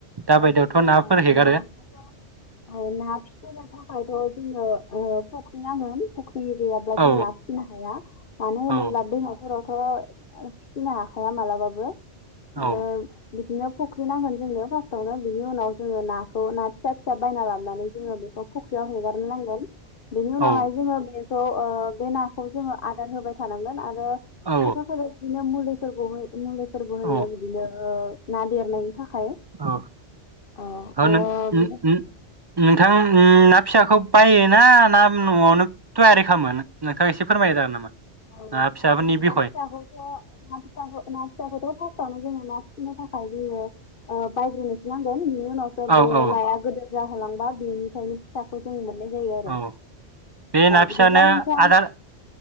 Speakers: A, on the right (about 40°); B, on the left (about 50°).
A: दा
B: ओ
A: बायदियावथ'
B: नोंथां
A: नाफोर
B: ओ
A: हेगारो
B: नाखोथ' औ ना फिनो थाखायथ' जोङो ओ फख्रि नांङोन। फुख्रि गैयाब्ला
A: औ
B: जों ना फिसिनो हाया मानो होनोब्ला
A: औ
B: दैमाफोराव थ' फिसिनो हाखाया मालाबाबो। ओ
A: औ
B: बिदिनो फख्रि नांगोन जोंनो फार्स तावनो बिनि उनाव जोङो नाखौ ना फिसा फिसा बायना लाबनानै जोङो बेखौ फुख्रियाव हेगारनो नांगोन। बिनि उनावहाय
A: औ
B: जोङो स' ओ बे नाखौ जोङो आदार होबाय थानांगोन आरो
A: औ
B: खायफा खायफा बिदिनो मुलेैफोर <unintelligible> फोरबो होयो
A: औ
B: बिदिनो ओ ना देरनायनि थाखाय।
A: औ,
B: ओ
A: हो नों उम,
B: बिदि
A: उम नोंथां ना फिसाखौ बायोना ना न'आवनो टयारि खामो नोंथाङा एसे फोरमायनो होनो हागोन नामा?
B: औ
A: ना फिसाफोरनि बिखय
B: ना फिसाखौथ' ना फिसाखौ ना फिसाखौ फासटावनो नो थाखाय जोङो बायग्रोनसनांगोन उनावसो
A: औ
B: बे
A: औ
B: नाया गोदोर जाहोलांबा बेनि ओंखायनो फिसाखौ जों मोननाय जायो आरो
A: औ बे ना फिसानो
B: बिदिब्ला नोंथां
A: आदार